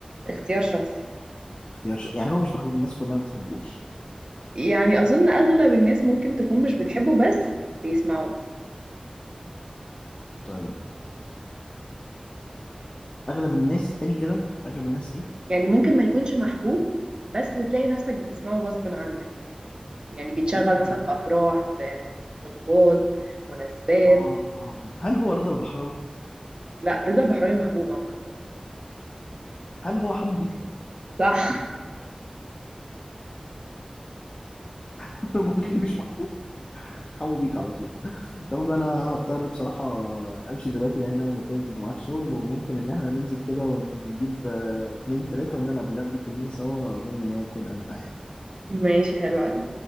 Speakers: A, on the right; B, on the left.
A: اختيار شخصي
B: اختيار ش... يعني هو مش محبوب الناس كلها ما بتحبوش
A: يعني أظن أغلب الناس ممكن تكون مش بتحبه بس بيسمعوه
B: طيب أغلب الناس تاني كده أغلب الناس إيه
A: يعني ممكن ما يكونش محبوب بس بتلاقي نفسك بتسمعه غصب عنك يعني بيتشغل
B: ممكن
A: مثلا في أفراح في خطوبات مناسبات
B: آه هل هو رضا البحراوي
A: لا رضا البحراوي محبوب عامة
B: هل هو حمو بيكا
A: صح <laughs>
B: <laughs> لما قلت لي مش محبوب حمو بيكا على طول طب أنا هضطر بصراحة أمشي دلوقتي لأن أنا مرتبط معاك شغل وممكن إن إحنا ننزل كده ونجيب آه، اتنين تلاتة ونلعب اللعبة دي كلنا سوا أظن إن هي تكون أمتع يعني
A: ماشي حلو قوي